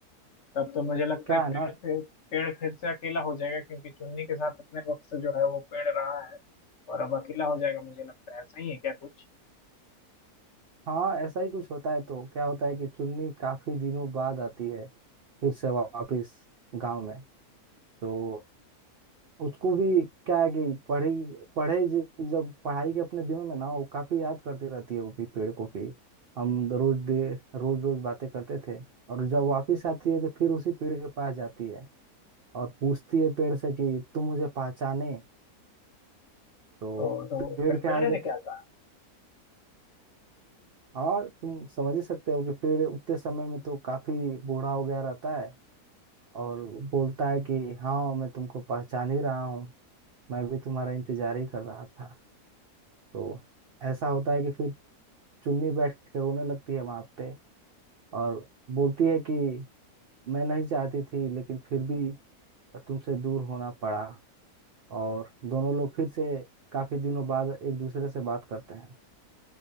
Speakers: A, on the left; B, on the right.
A: तब तो मुझे लगता
B: क्या
A: है पेड़
B: है ना
A: फिर पेड़ फिर से अकेला हो जाएगा क्योंकि चुन्नी के साथ इतने वक्त से जो है वो पेड़ रहा है और अब अकेला हो जाएगा मुझे लगता है ऐसा ही है क्या कुछ
B: हाँ ऐसा ही कुछ होता है तो क्या होता है कि चुन्नी काफी दिनों बाद आती है फिर से वापस गांव में तो उसको भी क्या है कि पढ़ी पढ़े ज- जब पढ़ाई के अपने दिनों में ना वो काफी याद करती रहती है वो भी पेड़ को कि हम रोज दे रोज रोज बातें करते थे और जब वापस आती है तो फिर उसी पेड़ के पास जाती है और पूछती है पेड़ से कि तुम मुझे पहचाने तो
A: ओ तो
B: पेड़
A: फिर
B: क्या
A: पेड़ ने
B: है
A: क्या
B: कि
A: कहा
B: और तुम समझ ही सकते हो कि पेड़ उतने समय में तो काफी बूढ़ा हो गया रहता है और बोलता है कि हाँ मैं तुमको पहचान ही रहा हूँ मैं भी तुम्हारा इंतजार ही कर रहा था तो ऐसा होता है कि फिर चुन्नी बैठ के रोने लगती है वहां पे और बोलती है कि मैं नहीं चाहती थी लेकिन फिर भी तुमसे दूर होना पड़ा और दोनों लोग फिर से काफी दिनों बाद एक दूसरे से बात करते हैं